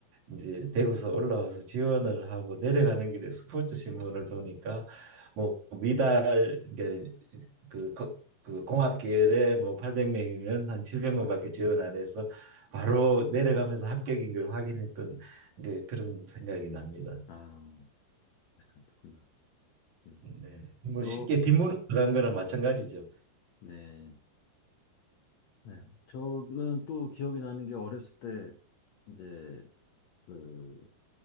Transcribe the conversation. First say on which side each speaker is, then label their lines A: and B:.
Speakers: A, on the right (about 50°); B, on the left (about 85°).
A: 이제 대구서 올라와서 지원을 하고 내려가는 길에 스포츠 신문을 보니까 뭐 미달 이제 그, 거- 그 공학계열에 뭐 800명이면 한 700명밖에 지원 안 해서 바로 내려가면서 합격인 걸 확인했던 그, 그런 생각이 납니다.
B: 아, 그렇군요. 음.
A: 네. 뭐
B: 저
A: 쉽게 뒷문 들어간 거나 마찬가지죠.
B: 네. 네. 저는 또 기억이 나는 게 어렸을 때 이제 그